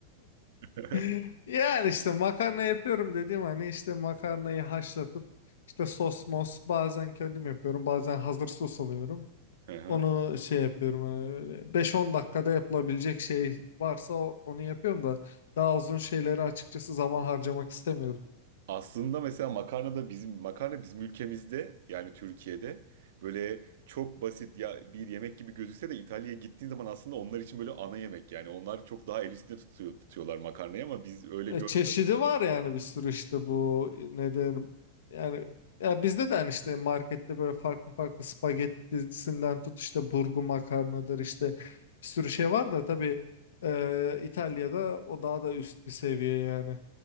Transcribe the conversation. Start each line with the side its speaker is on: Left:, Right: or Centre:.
Right: <laughs>
Left: <laughs> Yani işte makarna yapıyorum dediğim hani işte makarnayı haşlatıp işte sos mos bazen kendim yapıyorum bazen hazır sos alıyorum.
Right: Hı hı.
Left: Onu şey yapıyorum hani böyle 5-10 dakikada yapılabilecek şey varsa o- onu yapıyorum da daha uzun şeyleri açıkçası zaman harcamak istemiyorum.
Right: Aslında mesela makarna da bizim makarna bizim ülkemizde yani Türkiye'de böyle çok basit ya bir yemek gibi gözükse de İtalya'ya gittiğin zaman aslında onlar için böyle ana yemek yani onlar çok daha el üstünde tutuyor, tutuyorlar makarnayı ama biz öyle
Left: E,
Right: görmüyoruz.
Left: çeşidi var yani bir sürü işte bu ne derim yani ya bizde de hani işte markette böyle farklı farklı spagettisinden tut işte burgu makarnadır işte bir sürü şey var da tabii e, İtalya'da o daha da üst bir seviye yani.